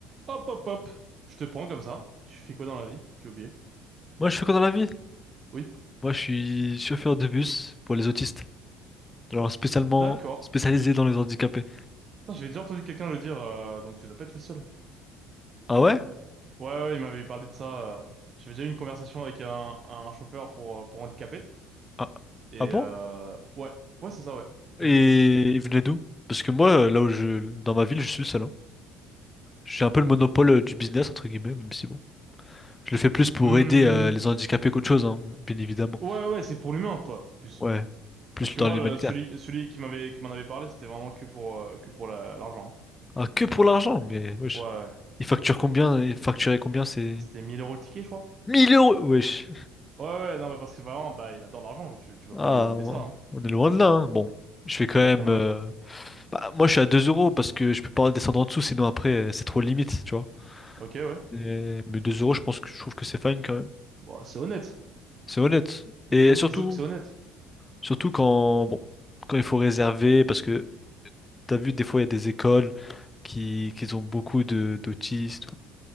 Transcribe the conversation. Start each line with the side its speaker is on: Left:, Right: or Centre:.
Right: Hop, hop, hop. Je te prends comme ça. Tu fais quoi dans la vie? J'ai oublié.
Left: Moi, je fais quoi dans la vie?
Right: Oui,
Left: Moi, je suis chauffeur de bus pour les autistes. Alors, spécialement
Right: d'accord.
Left: spécialisé dans les handicapés.
Right: Putain, j'avais déjà entendu quelqu'un le dire, euh, donc tu dois pas être le seul.
Left: Ah ouais?
Right: Ouais, ouais, il m'avait parlé de ça. euh. J'avais déjà eu une conversation avec un, un chauffeur pour, euh, pour handicapés.
Left: Ah,
Right: Et
Left: ah bon?
Right: euh, ouais, ouais, c'est ça, ouais.
Left: Et
Right: Il m'avait déjà dit.
Left: ils venaient d'où? Parce que moi, là où je, dans ma ville, je suis le seul. hein. J'ai un peu le monopole euh, du business, entre guillemets, même si bon. Je le fais plus pour
Right: Hmm.
Left: aider euh, les handicapés qu'autre chose, hein, bien évidemment.
Right: Ouais, ouais, c'est pour l'humain, toi, plus.
Left: Ouais, plus
Right: Parce que
Left: dans
Right: moi,
Left: l'humanitaire.
Right: le- celui, celui qui m'avait, qui m'en avait parlé, c'était vraiment que pour, euh, que pour la- l'argent.
Left: Ah, que pour l'argent, mais wesh.
Right: hein. Ouais, ouais.
Left: Ils facturent combien? Ils facturaient combien? C'est
Right: C'était mille euros le ticket, je crois.
Left: 1000 euros, wesh.
Right: Ouais, ouais, non, mais parce que vraiment, bah, il adore l'argent. Tu, tu peux
Left: Ah,
Right: pas lui enlever ça. hein.
Left: on est loin de là, hein. Bon, je fais quand
Right: T'es
Left: même.
Right: à combien,
Left: euh,
Right: toi?
Left: Bah, moi, je suis à 2 euros parce que je peux pas descendre en dessous, sinon après, euh, c'est trop limite, tu vois.
Right: Ok, ouais.
Left: Et- mais 2 euros, je pense que je trouve que c'est fine quand même.
Right: Bon, c'est honnête.
Left: C'est honnête. Et
Right: Disons,
Left: surtout,
Right: disons que c'est honnête.
Left: surtout quand, bon, quand il faut réserver, parce que t'as vu, des fois, il y a des écoles qui, qui ont beaucoup de d'autistes